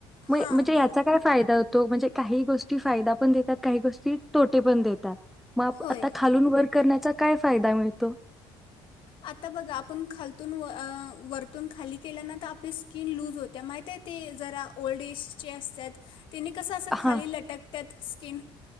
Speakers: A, in the centre; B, on the left.
A: म
B: हां
A: म्हणजे
B: बरोबर
A: याचा काय फायदा होतो म्हणजे काही गोष्टी फायदा पण देतात काही गोष्टी तोटे पण देतात मग
B: होय
A: आता खालून वर करण्याचा काय फायदा मिळ तो
B: आता बघा आपण खालतून व आ वरतून खाली केल्यानंतर आपली स्किन लूज होते माहितय ते जरा ओल्ड एजचे असतात तिने कसं असं
A: हां.
B: खाली लटकतात स्किन